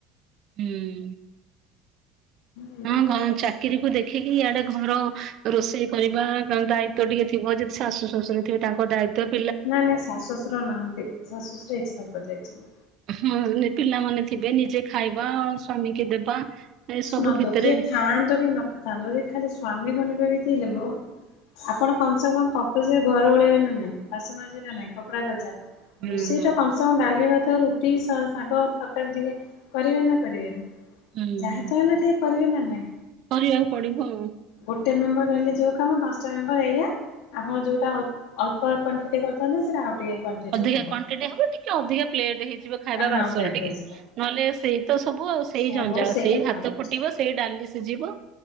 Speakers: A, on the right; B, on the left.
A: ହୁଁ।
B: ଏଇଭଳିଆ
A: ହଁ
B: ଚାଲିଛି
A: ଚାକିରିକୁ ଦେଖ ଦେଖିକି ଇଆଡେ ଘର ରୋଷେଇ କରିବା ଦାୟିତ ଟିକେ ଥିବ ଯଦି ଶାଶୁ ଶ୍ୱଶୁରରେ ଥିବେ ତାଙ୍କ ଦାୟିତ୍ୱ।
B: ନାଇଁ ନାଇଁ ଶାଶ ଶ୍ୱଶୁର ନାହାନ୍ତି ଶାଶ୍ୱଶୁର ଏକ୍ସପାର କରି ଯାଇଛନ୍ତି।
A: ହଁ ପିଲାମାନେ ଥିବେ ନିଜେ ଖାଇବା ସ୍ଵାମୀ କି ଦେବା। ଏ
B: ଶୁଣନ୍ତୁ
A: ସବୁ ଭିତରେ
B: କିଏ ଥାଆନ୍ତୁ କି ନଥାନ୍ତୁ ଯଦି ଖାଲି ସ୍ଵାମୀ ଖଣ୍ଡିକ ବି ଥିବ ଆପଣ କମସେ କମ କମୂଲ୍ସରୀ ଘର ଓଳେଇବେ ନା ନାହିଁ ବାସନ ମଯିବେ ନା ନାଇଁ କପଡା କଚ୍ଚା।
A: ହୁଁ
B: ରୋଷେଇ ଟା କମ ସେ କମ ଡାଲି ଭାତ ରୁଟି ଶାଗ ତରକାରୀ ଟିକେ କରିବେ ନା କରିବେନି।
A: ହୁଁ
B: ଯାହା ତ ହେଲେ ଟିକେ କରିବେ ନା ନାଇଁ।
A: କରିବାକୁ ପଡିବ ଆଉ।
B: ଗୋଟେ ମେମ୍ବର ରହିଲେ ଯେଉଁ କାମ ପାଞ୍ଚଟା ମେମ୍ବର ଏଇଆ ଆପଣ ଯେଉଟା ଅଳ୍ପ କ୍ୱାଣ୍ଟିଟ କରିଥାନ୍ତେ ସେଇଟା ଆଉ ଟିକେ କ୍ୱାଣ୍ଟିଟି
A: ଅଧିକା
B: ହବ।
A: କ୍ୱାଣ୍ଟିଟ ହବ ଟିକେ ଅଧିକା ପ୍ଲେଟ ହେଇଯିବ ଖାଇବା ବାସନ
B: ହଁ ବ୍ରେଡ
A: ଟିକେ।
B: ହେଇଯିବ
A: ନହେଲେ ସେଇ ତ ସବୁ ଆଉ ସେଇ
B: ସବୁ
A: ଜଞ୍ଜାଳ ସେଇ ଭାତ
B: କାମ
A: ଫୁଟିବ ସେଇ ଡାଲି ସିଝିବ